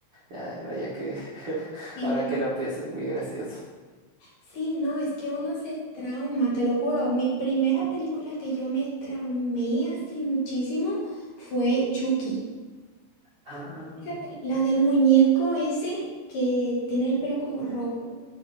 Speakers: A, on the right; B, on the left.
A: ah, vaya que <laughs>
B: Sí.
A: ahora que lo pienso es muy gracioso.
B: Sí, no, es que uno se trauma, te lo juro. Mi primera película que yo me traumé así muchísimo fue Chucky.
A: Ah,
B: La, pel- la del muñeco ese que tiene el pelo como rojo.